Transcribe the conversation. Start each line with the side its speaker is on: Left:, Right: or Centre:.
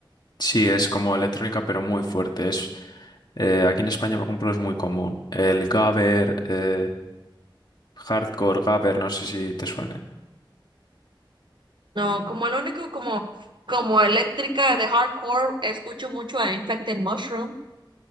Left: Sí, es como electrónica, pero muy fuerte. Es, eh, aquí en España, por ejemplo, es muy común. El gabber, eh, hardcore gabber, no sé si te suene.
Right: No, como el único como, como eléctrica de hardcore, escucho mucho a Infected Mushroom.